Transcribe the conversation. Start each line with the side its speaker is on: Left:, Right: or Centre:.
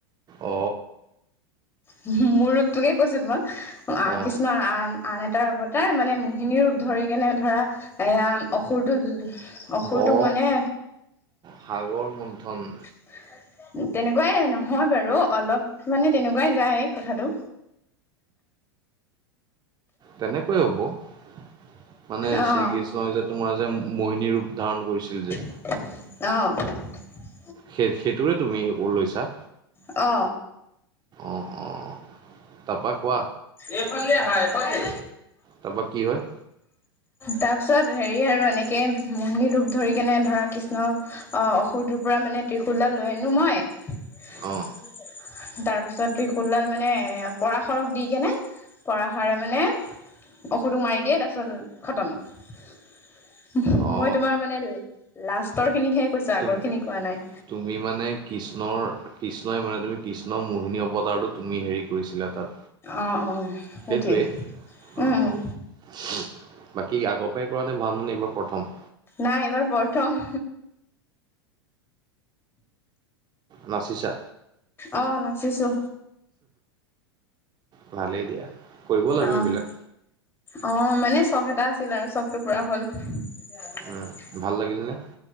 Right: অ
Left: হুম মোৰ ৰূপটোকে কৈছো তোমাক। আ,
Right: অ
Left: কৃষ্ণৰ আন আন এটাৰ অৱতাৰ মানে মোহিনী ৰূপ ধৰি কেনে ধৰা এয়াম অসুৰটো অসুৰটো
Right: অ
Left: মানে
Right: সাগৰ মুণ্ঠন।
Left: <unintelligible> উম, তেনেকুৱাই নহয় বাৰু অলপ মানে তেনেকুৱা কোৱাই যাই কথাটো।
Right: তেনেকুৱায়ে হ'ব মানে
Left: অ
Right: শ্ৰী কৃষ্ণই যে তোমাৰ যে মুহিনী ৰূপ ধাৰণ কৰিছিল যে।
Left: অ
Right: সেই সেইটোৰে তুমি ওৰ লৈছা।
Left: অ
Right: অহ, তাপা কোৱা
Left: এইফালেদি আহা এইফালেদি
Right: তাৰপৰা কি হয়
Left: তাৰপিছত হেৰি আৰু এনেকে মোহিনী ৰূপ ধৰি কেনে ধৰা কৃষ্ণ অ অসুৰটোৰ পৰা মানে ত্ৰিশোল দাল লৈ আনো মই। তাৰপাছত
Right: অ
Left: ত্ৰিশূলডাল মানে পৰাশৰক দি কেনে পৰাশৰে মানে অসুৰটোক মাৰি দিয়ে তাপিছত খতম।
Right: অ
Left: মই তোমাৰ মানে লাষ্টৰ খিনিকহে কৈছো আগৰ
Right: তুম
Left: খিনি কোৱা নাই।
Right: তুমি মানে কৃষ্ণৰ কৃষ্ণই মানে তুমি কৃষ্ণৰ মোহিনী অৱতাৰটো তুমি হেৰি কৰিছিলা। তাত
Left: অ', অ', সেইটোয়ে
Right: সেইটোৱে
Left: উম,
Right: অ
Left: উম।
Right: <unintelligible> বাকী আগৰ পৰাই কৰা নাই ভাল মানে এইবাৰ প্ৰথম?
Left: নাই এইবাৰ প্ৰথম।
Right: নাচিছা?
Left: অ', নাচিছো।
Right: <inaudible> ভালেই দিয়া। কৰিব লাগে
Left: অ',
Right: এইবিলাক
Left: অ', মানে চখ এটা আছিল আৰু চখটো পুৰা হ'ল। তেতিয়া আজি নে
Right: উম
Left: কলি
Right: ভাল লাগিল নে?